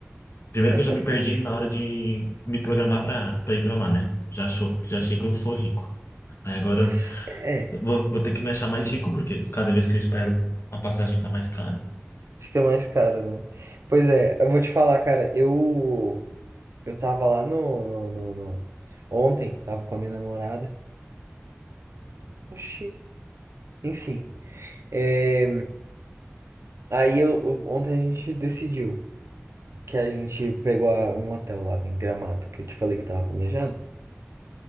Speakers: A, on the left (about 75°); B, on the right (about 85°).
A: Primeiro
B: <laughs>
A: que eu já me perdi na hora de me programar pra, pra ir pra lá, né? Já achou, já achei que eu sou rico. Aí agora
B: S- É,
A: eu vou, vou ter que me achar mais rico, porque cada vez que eu espero, a passagem tá mais cara.
B: fica mais caro, né? Pois é, eu vou te falar, cara, eu eu tava lá no, no, no, no- ontem, tava com a minha namorada. Oxi. Enfim, é, aí eu, eu- ontem a gente decidiu. que a gente pegou a- um hotel lá em Gramado, que eu te falei que tava planejando.